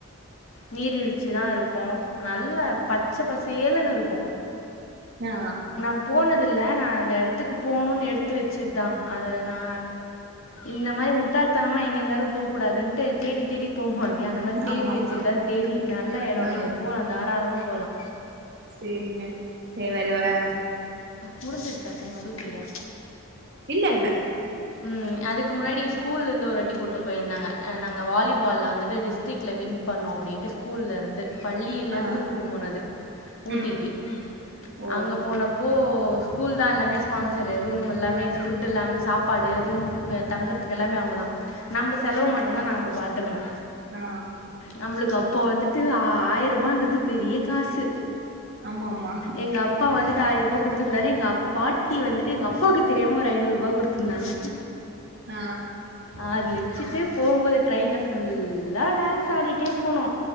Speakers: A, on the left; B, on the right.
A: நீர் வீழ்ச்சி தா இருக்கு நல்ல பச்சை பசேலுன்னு இருக்கு
B: ஆ
A: நா போனது இல்ல நா அந்த இடத்துக்கு போணுன் எடுத்து வச்சத்தா அத நா இந்த மாரி முட்டாளத்தனமா எங்க இருந்தாலு போ கூடாதுன்ட்டு தேடி தேடி போவோ இல்லையா அந்த மாரி தேடி
B: ஆமா
A: வச்சதுதா
B: ஆமா
A: தேனி நல்லா எடோ
B: ஆ
A: நீங்க போலா தாராளமா போலா
B: சேரிங்க செரி வரவா
A: முடிஞ்சிருச்சா டைம் அதுக்குள்ளயா
B: இல்ல இல்ல
A: ம் அதுக்கு முன்னாடி ஸ்கூலருந்து ஒருவாட்டி கூட்டு போயிருந்தாங்க நாங்க வாலிபால்ல வந்துட்டு டிஷ் ட்ரிக்ல வின் பண்ணோ அப்டின்ட்டு ஸ்கூல்ல இருந்து பள்ளிலருந்து
B: ஆ
A: கூட்டு போனது ஊட்டிக்கி
B: ம் ஓ
A: அங்க போனப்போ ஸ்கூல்தா எல்லாமே ஸ்பான்சரு ரூம் எல்லாமே ஃபுட் எல்லாமே சாப் சாப்பாடு ரூம் தங்குறதுக்கு எல்லாமே அவுங்கதா நம்ம செலவு மட்டுந்தா நாம பாத்துக்கணு
B: ஆ
A: நம்மளுக்கு அப்போ வந்துட்டு ஆயிர ரூபான்றது பெரிய காசு
B: ஆமாமா
A: எங்கள் அப்பா வந்துட்டு ஆயிர் ரூபா குடுத்துந்தாரு எங்க பாட்டி வந்துட்டு எங்க அப்பாக்கு தெரியாம ஒரு ஐநூர்ரூபா குடுத் துனாங்க
B: ஆ
A: அது வச்சிட்டு போம்போது ட்ரெயின்ல ஃபுல்லா டான்ஸ் ஆடிட்டே போனோ